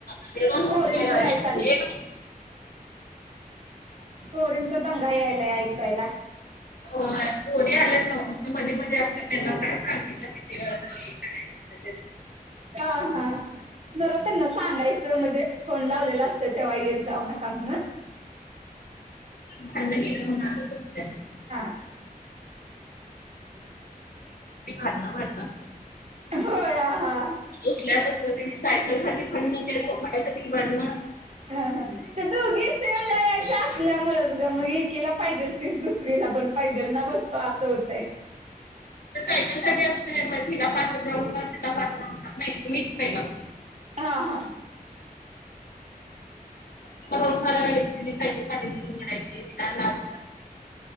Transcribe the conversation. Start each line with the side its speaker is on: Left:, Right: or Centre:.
Left: ज
Right: पोरींचं
Left: <inaudible>
Right: काय चाललंय पोरींचा दंगा यायलाय ऐकायला.
Left: हो पोरी आल्यास ना मध्ये मध्ये असत त्यांना काय सांगितलं किती वेळा काय नसत.
Right: हा हा जरा त्यांना सांगायचं म्हणजे फोन लावलेला असत तेव्हा येत जाऊ नका म्हणून
Left: अ आ
Right: हा ह
Left: भारणं भडणं
Right: होय आ हा
Left: सायलो सा प <inaudible> साठी ब <inaudible>
Right: हा हा दोघी सेम वयाच्या
Left: सांगता येत
Right: असल्यामुळेच ग मग एकेला पाहिजेल तीच दुसरीला पण पाहिजे ना बसतो असं होतय.
Left: तर सायकल साठी असतय मग तिला पाच राऊंड का तिला पाच राऊंड का. मिस प <inaudible>
Right: हा हा
Left: मारणार. राऊंड मारायला लागली की तिने सायकल पाठीमागून ओढायची तिला लांब